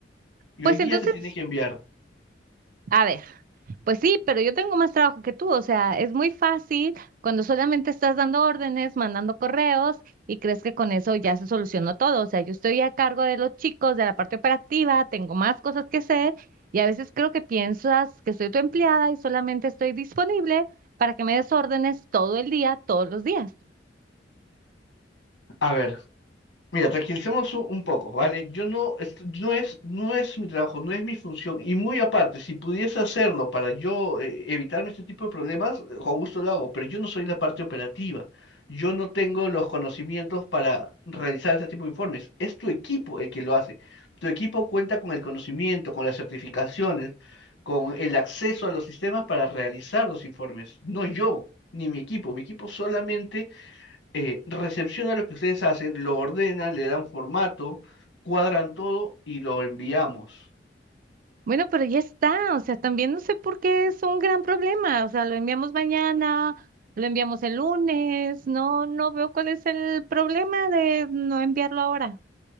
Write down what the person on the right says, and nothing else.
Pues
entonces,
a ver, pues sí, pero yo tengo más trabajo que tú. O sea, es muy fácil cuando solamente estás dando órdenes, mandando correos y crees que con eso ya se solucionó todo. O sea, yo estoy a cargo de los chicos, de la parte operativa, tengo más cosas que hacer y a veces creo que piensas que soy tu empleada y solamente estoy disponible para que me des órdenes todo el día, todos los días.
Bueno, pero ya está, o sea, también no sé por qué es un gran problema, o sea, lo enviamos mañana, lo enviamos el lunes, no, no veo cuál es el problema de no enviarlo ahora.